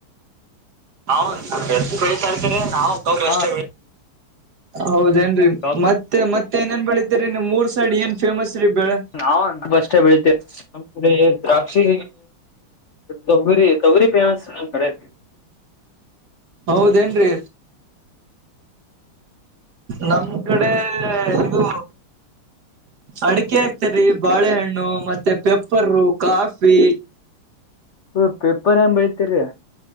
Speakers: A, on the right (about 55°); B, on the left (about 70°).
A: ಹ ಹೆಚ್ಚ ಬೆಳಿತಾರ ಕರೆ ನಾವ ಕಬ್ಬ
B: ಹಾ
A: ಅಷ್ಟ ಬೆಳೀತೇವ ಹೌದ. ಏನರಿ
B: ಕಬ್ಬು
A: ಮತ್ತೆ ಮತ್ತೆ ಏ ಏನ್ ಬೆಳಿತರಿ ನಿಮ್ಮ ಊರ ಸೈಡ್ ಏನ್ ಫೇಮಸ್ ರೀ ಬೆಳೆ
B: ನಾವ ಕಬ್ಬ ಅಷ್ಟ ಬೆಳಿತೇವೆ ನಮ್ಮ್ ಕಡೆ ದ್ರಾಕ್ಷಿ ತೊಗರಿ ತೊಗರಿ ಪೇಮಸರಿ ನಮ್ಮ ಕಡೆ
A: ಹೌದ ಏನ್ರಿ ನಮ್ ಕಡೆ ಇದು
B: <unintelligible>
A: ಅಡಿಕೆ ಹಾಕ್ತೀವಿರಿ ಬಾಳೆಹಣ್ಣು ಮತ್ತೆ ಪೆಪ್ಪರೂ ಕಾಫಿ
B: ಹ ಪೇಪರ್ ಏನ್ ಬೆಳೀತೀರಿ